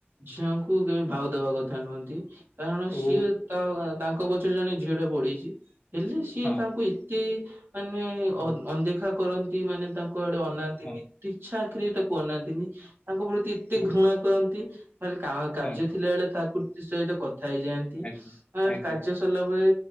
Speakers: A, on the right (about 55°); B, on the left (about 30°).
A: ଝିଅଙ୍କୁ ଭାଉ ଦେବା କଥା ନୁହନ୍ତି କାରଣ ସିଏ
B: ଓ
A: ତା ତାଙ୍କ ପଛରେ ଜଣେ ଝିଅଟେ ପଢିଚି ହେଲେ ସିଏ
B: ହଁ
A: ତାଙ୍କୁ ଏ ଏତେ ମାନେ
B: ହଁ
A: ଅ ଅଣଦେଖା କରନ୍ତି ମାନେ ତାଙ୍କ ଆଡ଼େ ଅନାନ୍ତିନି।
B: ହଁ
A: ଇଚ୍ଛା ଆଖିରେ ତାକୁ ଅନାନ୍ତିନି ତାଙ୍କ ପ୍ରତି ଏତେ
B: ଓ
A: ଘୃଣା କରନ୍ତି ତାହଲେ କା କାର୍ଯ୍ୟ
B: ହଁ
A: ଥିଲା ବଳେ ତାକୁ ସହିତ କଥା ହେଇଯାଆନ୍ତି
B: ଆଜ୍ଞା
A: ଆ
B: ଆଜ୍ଞା
A: କାର୍ଯ୍ୟ ସରିଲା ପରେ